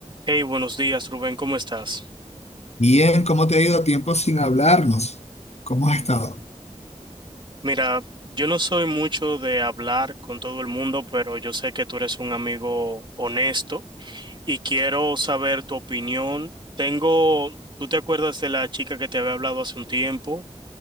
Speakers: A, on the right; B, on the left.
A: Hey, buenos días, Rubén, ¿cómo estás?
B: Bien, ¿cómo te ha ido tiempo sin hablarnos? ¿Cómo has estado?
A: Mira, yo no soy mucho de hablar con todo el mundo, pero yo sé que tú eres un amigo honesto y quiero saber tu opinión. Tengo, ¿tú te acuerdas de la chica que te había hablado hace un tiempo?